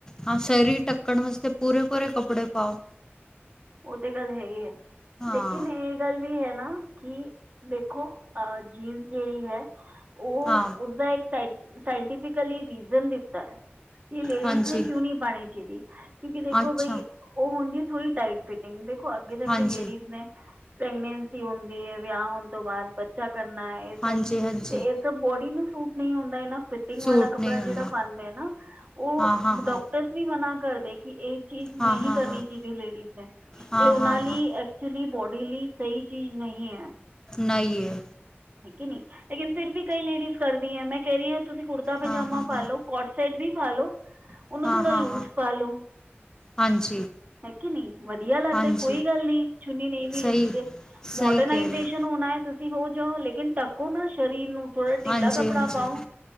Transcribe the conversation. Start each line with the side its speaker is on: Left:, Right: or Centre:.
Left: ਹਾਂ ਸਰੀ ਟੱਕਣ ਵਾਸਤੇ ਪੂਰੇ ਪੂਰੇ ਕੱਪੜੇ ਪਾਓ।
Right: ਉਹ ਤੇ ਗੱਲ ਹੈ ਈ ਐ
Left: ਹਾਂ
Right: ਲੇਕਿਨ ਇਹ ਗੱਲ ਵੀ ਹੈ ਨਾ ਕਿ ਦੇਖੋ ਅਹ ਜੀਨਸ ਜਿਹੜੀ ਹੈ ਉਹ
Left: ਹਾਂ
Right: ਉਸਦਾ ਇੱਕ ਸਾਇਟੀਫਿਕਲੀ ਰੀਜ਼ਨ ਦਿੱਤਾ। ਕਿ ਲੇਡੀਜ਼
Left: ਹਾਂਜੀ
Right: ਨੇ ਕਿਉਂ ਨਹੀਂ ਪਾਣੀ ਚਾਹੀਦੀ, ਕਿਉਂਕਿ ਦੇਖੋ
Left: ਅੱਛਾ
Right: ਬਈ ਉਹ ਹੁੰਦੀ ਹੈ ਥੋੜੀ ਟਾਈਟ ਫਿਟਿੰਗ ਦੇਖੋ ਅੱਗੇ ਜਾ
Left: ਹਾਂਜੀ
Right: ਕੇ ਲੇਡੀਜ਼ ਨੇ ਪ੍ਰੈਗਨੈਂਸੀ ਹੁੰਦੀ ਐ, ਵਿਆਹ ਹੋਣ ਤੋਂ ਬਾਅਦ ਬਚ ਬਚਾ ਕਰਨਾ ਐ ਇਹ ਸਭ,
Left: ਹਾਂਜੀ ਹਾਂਜੀ
Right: ਤੇ ਇਹ ਸਭ ਬੋਡੀ ਨੂੰ ਸੂਟ ਨੀ ਹੁੰਦਾਨਾ ਫਿਰ। ਫੀਟਿੰਗ
Left: ਸੂਟ
Right: ਵਾਲਾ ਕੱਪੜਾ
Left: ਨਹੀਂ ਹੁੰਦਾ
Right: ਜਿਹੜਾ ਪਾਂਦਾ ਐ ਨਾ ਉਹ
Left: ਹਾਂ ਹਾਂ
Right: ਡਾਕਟਰ
Left: ਹਾਂ
Right: ਵੀ ਮਨਾ ਕਰਦੇ ਕਿ- ਇਹ ਚੀਜ਼
Left: ਹਾਂ
Right: ਨਹੀਂ
Left: ਹਾਂ
Right: ਕਰਨੀ
Left: ਹਾਂ
Right: ਚਾਹੀਦੀ ਲੇਡੀਜ਼ ਨੇ
Left: ਹਾਂ
Right: ਇਹ ਉਹਨਾਂ
Left: ਹਾਂ
Right: ਲਈ
Left: ਹਾਂ
Right: ਐਕਚੁਲੀ ਬੋਡੀ ਲਈ ਸਹੀ ਚੀਜ਼ ਨਹੀਂ ਹੈ।
Left: ਨਹੀਂਏ
Right: ਠੀਕ ਹੈ ਨਹੀਂ ਲੇਕਿਨ ਫੇਰ ਵੀ ਕਈ ਲੇਡੀਜ਼ ਕਰਦੀਆਂ ਮੈਂ ਕਹਿ ਰਹੀ ਆਂ ਤੁਸੀਂ ਕੁੜਤਾ
Left: ਹਾਂ
Right: ਪਜਾਮਾ
Left: ਹਾਂ
Right: ਪਾ
Left: ਹਾਂ
Right: ਲਉ। ਕੋਡਸੇਟ ਵੀ ਪਾ ਲੋ ਉਹਨੂੰ
Left: ਹਾਂ
Right: ਥੋੜਾ
Left: ਹਾਂ
Right: ਲੂਜ
Left: ਹਾਂ
Right: ਪਾ ਲੋ।
Left: ਹਾਂਜੀ।
Right: ਹੈ ਕੇ ਨੀ ਵਧੀਆ ਲੱਗਦਾ
Left: ਹਾਂਜੀ
Right: ਕੋਈ ਗੱਲ ਨਹੀ ਚੁੰਨੀ ਨਹੀਂ ਵੀ ਲੀਤੀ
Left: ਸਹੀ
Right: ਤੇ।
Left: ਸਹੀ
Right: ਮੋਡਰਨਾਈਜੇਸ਼ਨ
Left: ਕਹਿ ਰਹੇ ਹੋ
Right: ਹੋਣਾ ਐ, ਤੁਸੀਂ ਹੋ ਜਾਓ ਲੇਕਿਨ ਓਹਨਾ, ਸਰੀਰ ਨੂੰ ਥੋੜ੍ਹਾ ਟਿੱਲਾ
Left: ਹਾਂਜੀ
Right: ਕੱਪੜਾ
Left: ਹਾਂਜੀ
Right: ਪਾਓ